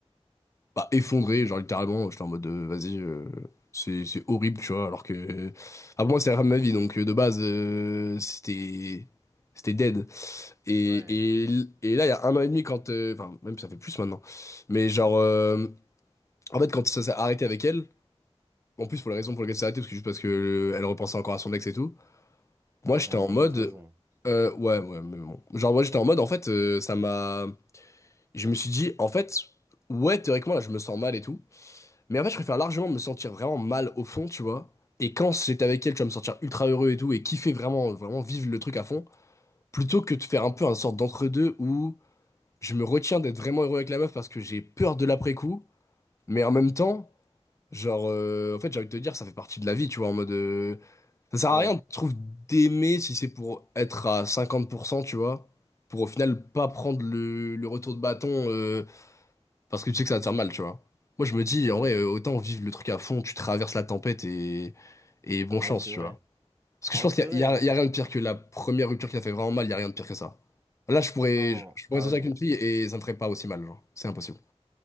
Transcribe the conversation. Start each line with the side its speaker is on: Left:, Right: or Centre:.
Left: bah, effondré, genre littéralement, j'étais en mode euh, vas-y, euh, c'est c'est horrible, tu vois, alors que ah, pour moi c'est la femme de ma vie, donc euh, de base euh, c'était c'était dead. Et,
Right: Ouais.
Left: et, et là il y a un an et demi quand euh, enfin même ça fait plus maintenant, mais genre euh, en fait quand ça s'est arrêté avec elle, en plus pour la raison pour laquelle ça s'est arrêté, parce que juste parce que euh, elle repensait encore à son ex et tout, moi j'étais
Right: Il y a
Left: en
Right: une mauvaise
Left: mode
Right: raison.
Left: euh, ouais ouais mais bon, genre moi j'étais en mode en fait euh, ça m'a, je me suis dit en fait ouais théoriquement là je me sens mal et tout. Mais en fait, je préfère largement me sentir vraiment mal au fond, tu vois. Et quand j'étais avec elle, tu vas me sentir ultra heureux et tout, et kiffer vraiment, vraiment vivre le truc à fond, plutôt que de faire un peu un sorte d'entre-deux où je me retiens d'être vraiment heureux avec la meuf parce que j'ai peur de l'après-coup, mais en même temps, genre, euh, en fait, j'ai envie de te dire, ça fait partie de la vie, tu vois, en mode... euh, ça sert
Right: Ouais.
Left: à rien, je trouve, d'aimer si c'est pour être à 50%, tu vois, pour au final pas prendre le, le retour de bâton euh, parce que tu sais que ça va te faire mal, tu vois. Moi, je me dis,
Right: Ouais.
Left: en vrai, euh, autant vivre le truc à fond, tu traverses la tempête et, et bonne
Right: En
Left: chance,
Right: vrai, c'est
Left: tu
Right: vrai.
Left: vois. Parce que
Right: En
Left: je
Right: vrai,
Left: pense
Right: c'est
Left: qu'il y
Right: vrai,
Left: a, il y a-
Right: hein.
Left: il y a rien de pire que la première rupture qui t'a fait vraiment mal, il y a rien de pire que ça. Là, je pourrais,
Right: Non,
Left: je, je pourrais
Right: t'as raison.
Left: sortir avec une fille et ça me ferait pas aussi mal, genre. C'est impossible.